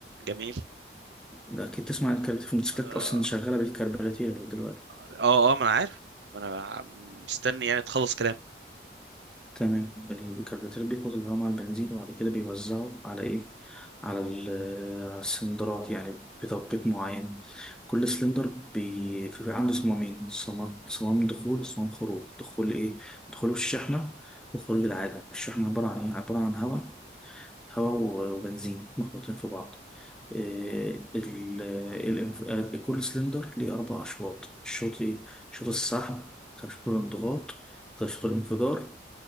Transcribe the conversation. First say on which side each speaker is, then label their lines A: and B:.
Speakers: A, on the right; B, in the centre.
A: جميل
B: أكيد تسمع عن الكربيراتير في الموتوسيكلات
A: اه
B: أصلا شغالة بالكربيراتير دلوقتي
A: اه آه، ما انا عارف ما انا مستني يعني تخلص كلام
B: تمام الكربوراتير بياخد الهواء مع البنزين وبعد كده بيوزعه على ايه على ال- على السلندرات يعني بتوقيت معين كل سلندر بي... في- عنده صمامين صمام صمام دخول وصمام خروج دخول ايه دخوله الشحنة وخروج العادة الشحنة عبارة عن ايه عبارة عن هواء هواء و- وبنزين مخلوطين في بعض آه، ال- الانف- آه، كل سلندر ليه أربع أشواط الشوط إيه؟ شوط السحب كان شوط الانضغاط كان شوط الانفجار